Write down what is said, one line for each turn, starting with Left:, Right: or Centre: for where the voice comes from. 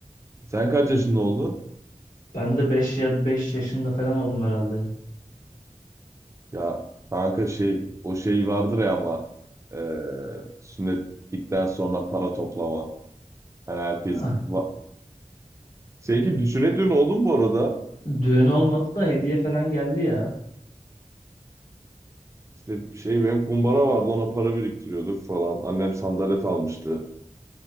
Right: Sen kaç yaşında oldun?
Left: Ben de beş ya beş yaşında falan oldum herhalde.
Right: Ya kanka şey o şey vardır ya ama eee sünnetlikten sonra para toplama. Yani herkes
Left: Ah,
Right: va- Seninki sünnet düğünü oldu mu bu arada?
Left: Düğün olmadı da hediye falan geldi ya.
Right: İşte şey benim kumbara vardı ona para biriktiriyorduk falan. Annem sandalet almıştı.